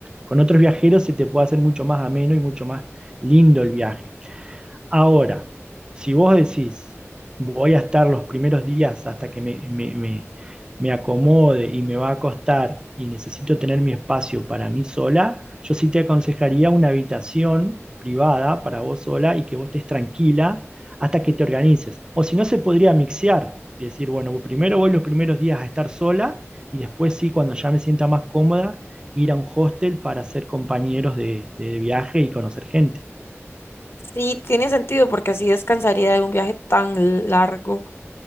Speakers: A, on the right; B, on the left.
A: con otros viajeros se te puede hacer mucho más ameno y mucho más lindo el viaje. Ahora, si vos decís, voy a estar los primeros días hasta que me, me- me- me acomode y me va a costar y necesito tener mi espacio para mí sola, yo sí te aconsejaría una habitación privada para vos sola y que vos estés tranquila hasta que te organices. O si no, se podría mixear y decir, bueno, primero voy los primeros días a estar sola y después sí, cuando ya me sienta más cómoda, ir a un hostel para ser compañeros de de viaje y conocer gente.
B: Sí, tiene sentido porque así descansaría de un viaje tan largo